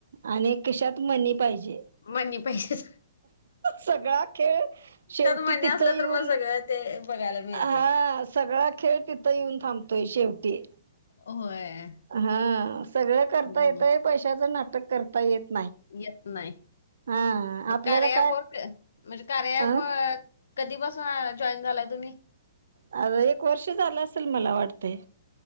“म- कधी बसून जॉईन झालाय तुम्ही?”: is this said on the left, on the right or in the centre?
Left